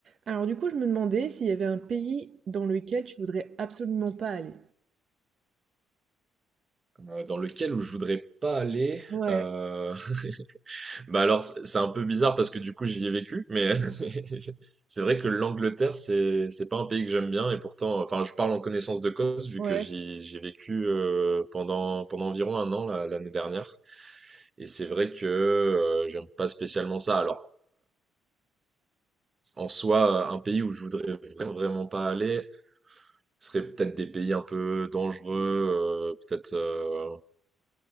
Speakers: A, on the right (about 50°); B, on the right (about 30°).
A: Alors du coup, je me demandais s'il y avait un pays dans lequel tu voudrais absolument pas aller.
B: Euh, dans lequel où je voudrais pas aller.
A: Ouais,
B: euh, <laughs> Bah alors, c- c'est un peu bizarre parce que du coup, j'y ai vécu, mais <laughs> c'est vrai que l'Angleterre, c'est c'est pas un pays que j'aime bien et pourtant, enfin, je parle en connaissance de cause vu
A: ouais,
B: que j'y j'ai vécu euh, pendant pendant environ un an là, l'année dernière et c'est vrai que euh, j'aime pas spécialement ça. Alors, en soi, euh, un pays où je voudrais vraiment vraiment pas aller ce serait peut-être des pays un peu dangereux, euh, peut-être. euh,